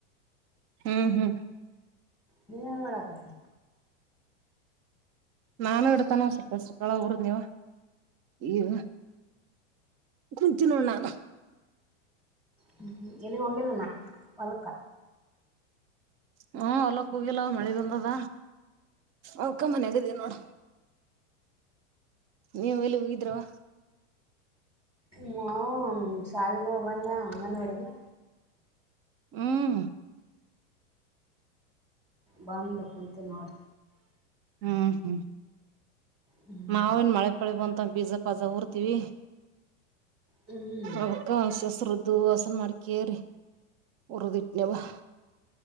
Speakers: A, on the right; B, in the centre.
A: ಹ್ಮ್ ಹ್ಮ್
B: ನೀ ಮಾಡಡಾಕತಿ
A: ನಾನು ಇಡ್ತಾನ ಸ ಸಕ್ಕಳ ಊರ ನೀವ ಈಗ ಕುಂತ ನೋ ನಾನು
B: ಹ್ಮ್ ಎಲ್ಲಿಗ್ ಹೋಗಿಿಲ್ಲನಾ ಪಲ್ಕ
A: ಹ್ಮ ಹೊಲ್ಲ ಕೂಗಿಲ್ಲ ಅವ ಮಳೆ ಬಂದದ ಅವಕ ಮನ್ ಆಾಗದೀ ನೋಡ ನೀವು ಎಲ್ಲಿ ಹೋಗಿದ್ರವ
B: ಮಾವು ಶಾಲೆಗ ಹೋಗ್ ಬಂದ ಅಮ್ಮನ ಒಡುಗೆ
A: ಹ್ಮ್
B: ಬಂದ್ಬೇಕು ಕುಂತ ನೋಡ
A: ಹ್ಮ್ ಹ್ಮ್
B: ಹ್ಮ್
A: ನಾವೇನ್ ಮಳೆ ಪಳಿಬ ಅಂತ ಪಿಜಜಾ ಪಝ ಊರ್ತಿೀವಿ
B: ಹ್ಮ್
A: ಅವಕ ಶವಶ್ಧ ದು ವಾಸನ್ ಮಾಡ್ ಕೇರಿಿ ಉರ್ದಿಟ್ನೆ ಬ